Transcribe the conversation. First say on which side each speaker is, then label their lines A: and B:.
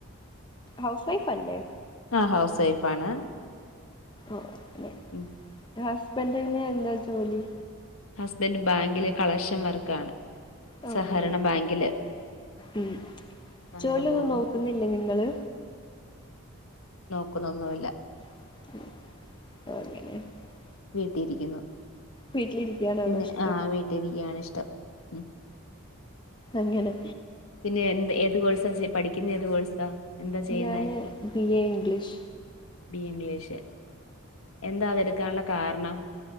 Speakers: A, on the left (about 20°); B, on the left (about 70°).
A: ഹൗസ് വൈഫ് അല്ലേ
B: ആഹ് ഹൗസ് വൈഫാണ്
A: ആഹ്
B: ഉം
A: ഹസ്ബന്റിന് എന്താ ജോലി
B: ഹസ്ബൻഡ് ബാങ്കിലെ കളശൻ വർക്കാണ്
A: ഓ
B: സഹകരണ
A: അങ്ങനെ
B: ബാങ്കില്
A: ഉം
B: അങ്ങനെ
A: ജോലിയൊന്നും
B: പോകുന്നു
A: നോക്കുന്നില്ലേ നിങ്ങള്
B: നോക്കുന്നൊന്നുല്ല
A: <unintelligible>
B: വീട്ടിയിരിക്കുന്നു
A: വീട്ടിലിരിക്കാനാണോ
B: പിന്നെ
A: ഇഷ്ടം
B: ആഹ വീട്ടിരിക്കുകയാണ് ഇഷ്ടം ഉം
A: അങ്ങനെ
B: പിന്നെ എന്ത് ഏത് കോഴസാ പഠിക്കുന്ന ഏത് കോഴ്സാ എന്താ ചെയ്യുന്നത്
A: ഞാൻ B A English
B: BA English എന്താതെടുക്കാനുള്ള കാരണം